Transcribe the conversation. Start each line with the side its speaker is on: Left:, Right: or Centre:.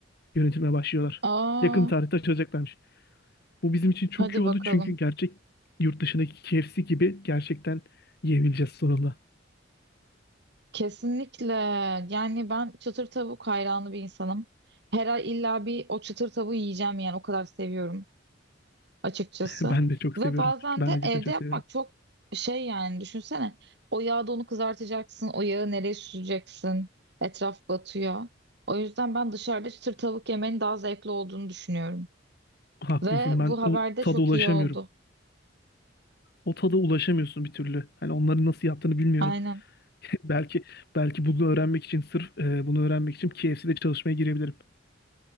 Left: yönetime başlıyorlar.
Right: Aa,
Left: Yakın tarihte açılacaklarmış. Bu bizim için çok
Right: hadi
Left: iyi oldu
Right: bakalım.
Left: çünkü gerçek yurt dışındaki KFC gibi gerçekten yiyebileceğiz sonunda. <laughs>
Right: Kesinlikle. Yani ben çıtır tavuk hayranı bir insanım. Her ay illa bir o çıtır tavuğu yiyeceğim yani o kadar seviyorum açıkçası.
Left: Ben de çok
Right: Ve
Left: seviyorum.
Right: bazen
Left: Ben
Right: de
Left: de cidden
Right: evde
Left: çok
Right: yapmak
Left: seviyorum.
Right: çok şey yani düşünsene. O yağda onu kızartacaksın. O yağı nereye süreceksin? Etraf batıyor. O yüzden ben dışarıda çıtır tavuk yemenin daha zevkli olduğunu düşünüyorum.
Left: Haklısın.
Right: Ve bu
Left: Ben
Right: haberde
Left: o tada
Right: çok
Left: ulaşamıyorum.
Right: iyi oldu.
Left: O tada ulaşamıyorsun bir türlü. Hani onların nasıl yaptığını bilmiyorum.
Right: Aynen.
Left: <laughs> Belki belki bunu öğrenmek için sırf e, bunu öğrenmek için KFC'de çalışmaya girebilirim.